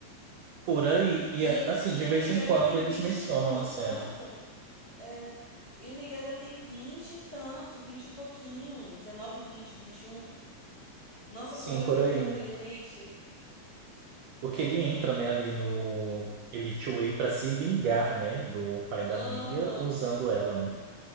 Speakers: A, on the right; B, on the left.
A: Por aí, e
B: E,
A: é, assim,
B: o- e
A: de vez
B: o Miguel
A: em quando
B: já tem
A: eles
B: vinte
A: mencionam
B: e pon-
A: a
B: e
A: série.
B: tanto. É, e o Miguel já tem 20 e tanto, 20 e pouquinho, dezenove, vinte vinte e um. Nossa,
A: Sim,
B: quando eu
A: por
B: vi aquilo,
A: aí.
B: eu falei, gente,
A: Porque ele entra,
B: que.
A: né,
B: bi-
A: ali no Elite Way para se vingar, né, do pai da
B: Aham,
A: Mia usando ela, né?